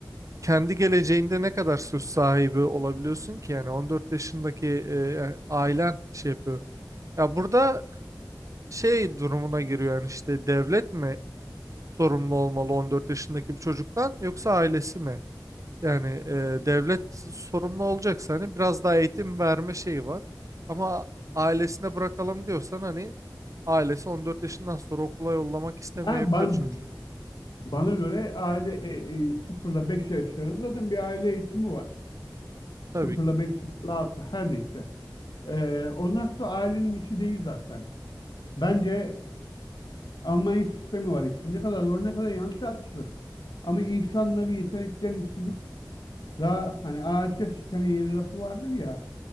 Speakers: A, on the right; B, on the left.
A: Kendi geleceğinde ne kadar söz sahibi olabiliyorsun ki yani 14 yaşındaki e, e, ailen şey yapıyor. Ya burada şey durumuna giriyor yani işte devlet mi sorumlu olmalı 14 yaşındaki bir çocuktan yoksa ailesi mi? Yani e, devlet sorumlu olacaksa hani biraz daha eğitim verme şeyi var. Ama ailesine bırakalım diyorsan hani ailesi 14 yaşından sonra okula yollamak istemeyebilir
B: ben, ben-
A: çocuğu.
B: bana göre aile e, e, 0 5 yaş arası zaten bir aile eğitimi var.
A: Tabii
B: 0
A: ki.
B: 5, 0 altı her neyse. E, ondan sonra ailenin işi değil zaten. Bence Almanya sistemi var işte. Ne kadar doğru ne kadar yanlış tartışılır. Ama insanların yeteneklerini süzüp daha hani ağaç şiken yeri lafı vardır ya.